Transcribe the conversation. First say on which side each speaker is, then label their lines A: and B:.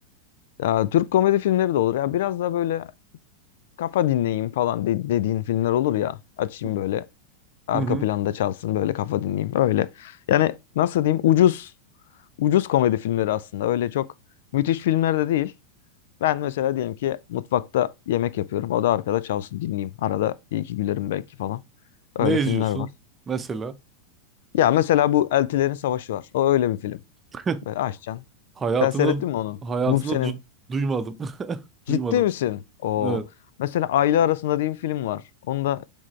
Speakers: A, on the left; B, on the right.
A: Ya Türk komedi filmleri de olur. Ya biraz da böyle kafa dinleyeyim falan de- dediğin filmler olur ya. Açayım
B: Hı
A: böyle arka
B: hı. hı.
A: planda çalsın böyle kafa dinleyeyim öyle. Yani nasıl diyeyim ucuz ucuz komedi filmleri aslında. Öyle çok müthiş filmler de değil. Ben mesela diyelim ki mutfakta yemek yapıyorum. O da arkada çalsın dinleyeyim. Arada iyi ki gülerim belki falan. Öyle
B: Ne
A: filmler
B: izliyorsun?
A: var.
B: Mesela
A: Ya mesela bu Eltilerin Savaşı var. O öyle bir film.
B: <laughs>
A: Böyle açacaksın.
B: hayatımda
A: Sen seyrettin mi onu?
B: hayatımda
A: Gubse'nin
B: du- duymadım. <laughs>
A: Ciddi
B: Duymadım.
A: misin? O
B: Evet.
A: mesela Aile Arasında diye bir film var. Onu da